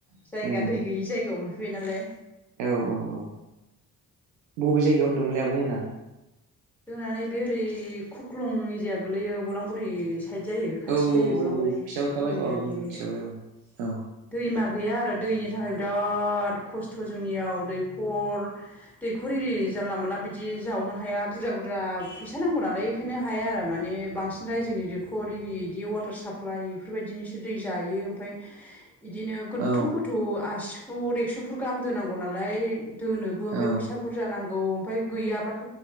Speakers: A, on the right; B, in the centre.
A: उम
B: जायगा
A: उम
B: दै गैयि जायगायाव मोनफैबाय नालाय।
A: औ औ औ बबे जायगायाव होनदोंमोनलै आब' मोनना?
B: जोंना नै बे ओरै खुख्लं एरिया गोलैयो बलांगुरि साइद जायो खाथि
A: औ
B: जायो बलांगुरिया
A: खिथाहरखाबाय
B: खुख्लुं एरिया
A: औ मिथिखाबाय
B: गोलैयो औ।
A: औ
B: दैमा गैया आरो दैनि थाखाय बिराद खस्थ' जोंनियाव दैखर दैखर एरि जानला मोनाला बिदि जावनो हाया बुरजा बुरजा फैसा नांगौ नालाय बेखायनो हाया आरो माने बांसिन रायजो नि दैखर इरि इदि वाटार साप्लाइ इफोरबायदिनोसो दै जायो ओमफ्राय इदिनो गोथौ
A: औ
B: गोथौ आसि फुट एक्स' फुट गाहाम दोनांगौ नालाय दोनोबो ओमफाय
A: औ
B: फैसा बुरजा नां गौ ओमफाय गैयाबाथ'